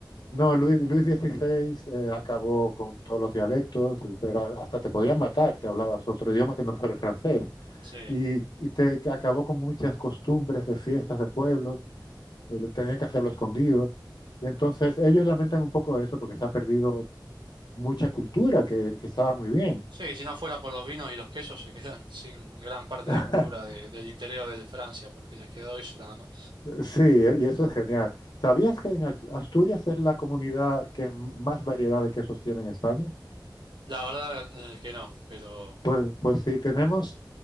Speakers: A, on the left; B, on the right.
A: no, Luis, Luis XVI eh, acabó con todos los dialectos, pero a- hasta te podían matar si hablabas otro idioma que no fuera el francés.
B: Sí,
A: Y, y te que acabó con muchas costumbres de fiestas de pueblos, eh, lo tenían que hacerlo escondido. Y entonces ellos lamentan un poco eso porque se ha perdido mucha cultura que, que estaba muy bien.
B: sí, si no fuera por los vinos y los quesos se quedan <laughs> sin gran parte
A: <laughs>
B: de la cultura de- del interior de Francia, porque les quedó eso nada más.
A: Sí, eh, y eso es genial. ¿Sabías que en Ax-
B: No.
A: Asturias es la comunidad que más variedad de quesos tiene en España?
B: La verdad eh, que no, pero
A: Pues, pues sí, tenemos